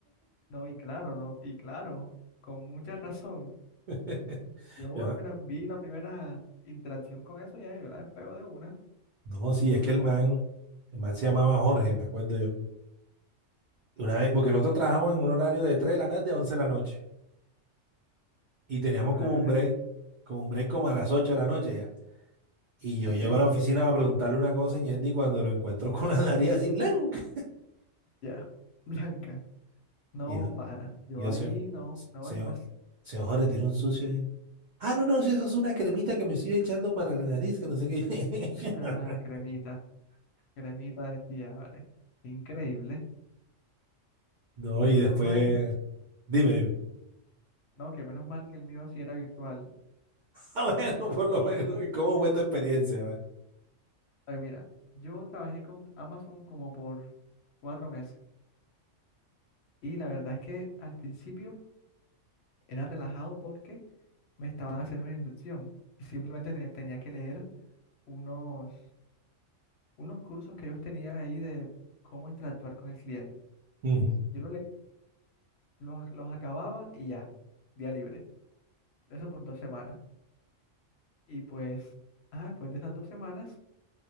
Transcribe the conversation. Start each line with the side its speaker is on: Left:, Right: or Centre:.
Left: No, y claro, no. Y claro, con mucha razón.
Right: <laughs>
Left: Yo
Right: Yo, no,
Left: apenas vi la primera interacción con eso, ya yo la despego de una,
Right: no, sí,
Left: lo
Right: es
Left: reporto.
Right: que el man, el man se llamaba Jorge, me acuerdo yo. Una vez, porque nosotros trabajamos en un horario de 3 de la tarde a 11 de la noche. Y teníamos
Left: El horario
Right: como un break,
Left: es...
Right: como un break como a las 8 de la noche ya. Y yo
Left: Ok,
Right: llego a la oficina a preguntarle una cosa, y Ñetti, cuando lo encuentro <laughs> con la nariz así blanca.
Left: ya. <laughs> Blanca. No,
Right: Y yo,
Left: pana. Yo
Right: Y yo,
Left: ahí
Right: se,
Left: no, no
Right: se,
Left: voy más.
Right: se ojore, tiró un sucio ahí. Ah, no, no, si eso es una cremita que me estoy echando para la nariz, que no sé qué. <laughs>
Left: Ah, cremita. Cremita decía, vale. Increíble.
Right: No,
Left: Y
Right: y
Left: menos
Right: después.
Left: mal, menos-
Right: Dime, dime. <laughs>
Left: no, que menos mal que el mío sí era virtual.
Right: Ah, bueno, por lo menos. ¿Y cómo fue tu experiencia? A ver.
Left: Ay, mira, yo trabajé con Amazon como por cuatro meses. Y la verdad es que al principio Era relajado porque me estaban haciendo una inducción y simplemente tenía, tenía que leer unos, unos cursos que ellos tenían ahí de cómo interactuar con el cliente.
Right: Ujú. <gasps>
Left: Yo lo le- los, los acababa y ya, día libre. Eso por dos semanas. Y pues, ah, después de esas dos semanas